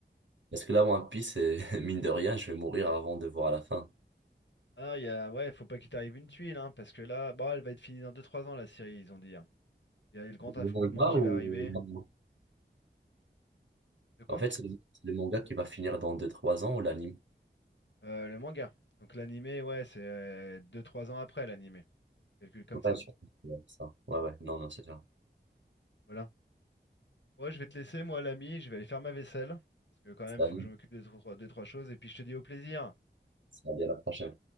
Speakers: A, on the right; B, on the left.
A: Parce que là, One Piece, c'est- <laughs> mine de rien, je vais mourir avant de voir la fin.
B: Ah, il y a... ouais, faut pas qu'il t'arrive une tuile, hein, parce que là, bon, elle va être finie dans deux trois ans, la série, ils ont dit. hein. Il y a le grand affrontement
A: Le manga
B: qui
A: ou
B: va arriver.
A: l'anime
B: De quoi?
A: En fait, c'est le c'est le manga qui va finir dans deux-trois ans ou l'anime?
B: Euh, le manga. Donc l'animé, ouais, c'est euh, deux trois ans après l'animé. Calcule comme
A: Ouais,
B: ça.
A: je pense que c'est ça. Ouais, ouais, non, non, c'est ça.
B: Voilà. Ouais, je vais te laisser, moi, l'ami, je vais aller faire ma vaisselle, parce que quand même,
A: C'est l'anime.
B: faut que je m'occupe de 2 trois choses, et puis je te dis au plaisir.
A: Ça va bien la prochaine.